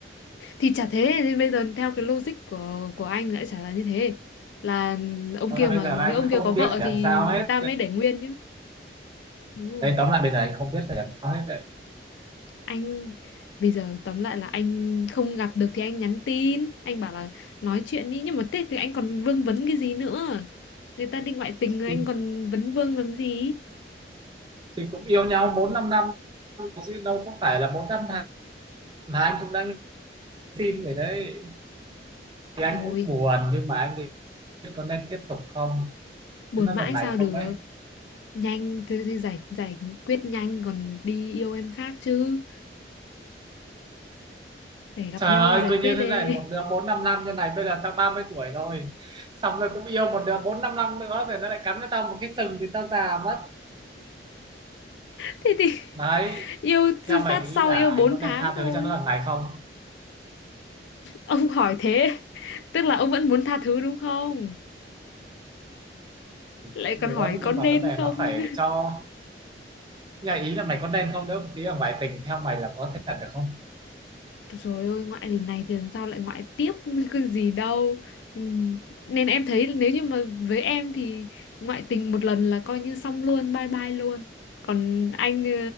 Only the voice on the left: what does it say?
thì chả thế thì bây giờ theo cái logic của của anh lại chả là như thế là ông
kia
mà
nhớ
ông kia
có vợ
thì
người ta mới để nguyên chứ đúng không
anh bây giờ tóm lại là anh không gặp được thì anh nhắn tin anh bảo là nói chuyện đi nhưng mà thế thì anh còn vương vấn cái gì nữa người ta đi ngoại tình rồi
anh còn vấn vương làm gì
thôi
buồn
mãi
sao được
nhanh thì, thì giải giải quyết nhanh còn đi yêu em khác chứ để gặp
nhau
giải
quyết
đi
thế thì
yêu
từ
phát
sau
yêu
4
tháng
thôi
ông hỏi thế tức là ông vẫn muốn tha thứ đúng không
lại
còn
hỏi có
nên
không
Rồi ôi ngoại lần này thì lần sau lại ngoại tiếp <laughs> cái gì đâu Ừm, Nên em thấy nếu như mà với em thì ngoại tình một lần là coi như xong luôn bye bye luôn Còn anh ờ,